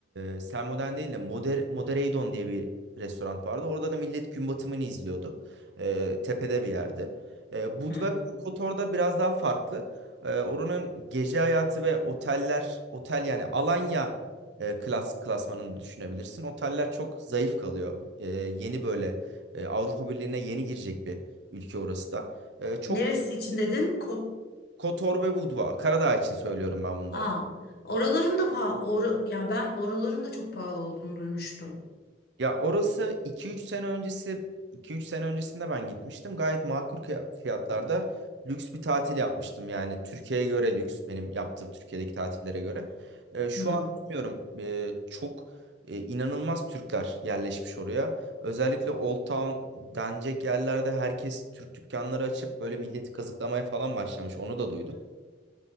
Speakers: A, on the right; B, on the left.
A: e, Sermoden değil de Moder Modereidon diye bir restoran vardı. Orada da millet gün batımını izliyordu. E, tepede bir yerde. E, Budva
B: Hmm.
A: Kotor'da biraz daha farklı. E, oranın gece hayatı ve oteller, otel yani Alanya e, klas klasmanını düşünebilirsin. Oteller çok zayıf kalıyor. E, yeni böyle e, Avrupa Birliği'ne yeni girecek bir ülke orası da. E, çok
B: Neresi için dedin? Ko
A: Kotor ve Budva, Karadağ için söylüyorum ben bunları.
B: Aa, oraların da pa- ora- ya ben oraların da çok pahalı olduğunu duymuştum.
A: Ya orası iki üç sene öncesi iki üç sene öncesinde ben gitmiştim. Gayet makul kıya- fiyatlarda lüks bir tatil yapmıştım. Yani Türkiye'ye göre lüks benim yaptığım Türkiye'deki tatillere göre. Ee, şu
B: Hmm.
A: an bilmiyorum ee, çok e, inanılmaz Türkler yerleşmiş oraya. Özellikle Old Town denecek yerlerde herkes Türk dükkanları açıp böyle milleti kazıklamaya falan başlamış. Onu da duydum.